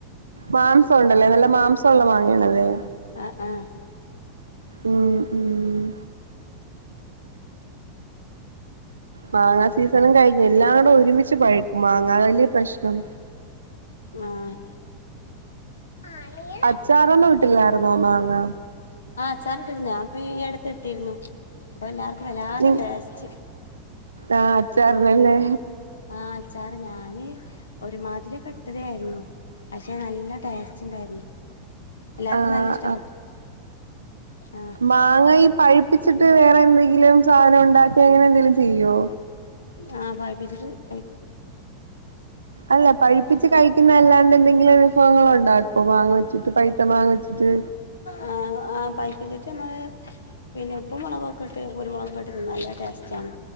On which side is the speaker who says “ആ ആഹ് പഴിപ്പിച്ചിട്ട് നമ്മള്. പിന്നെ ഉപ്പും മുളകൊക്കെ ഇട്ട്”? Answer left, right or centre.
Left